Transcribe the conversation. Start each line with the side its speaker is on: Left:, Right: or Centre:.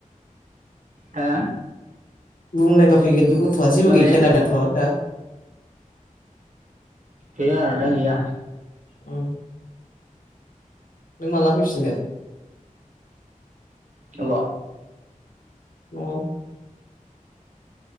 Right: हा
Left: बुंनाय बा फै बिगुर गथ'आ जेबो
Right: माबे
Left: गैख ना बियाथ' दा
Right: गैया दा गैया
Left: औ नों माला फैफिनगोन?
Right: अ
Left: अ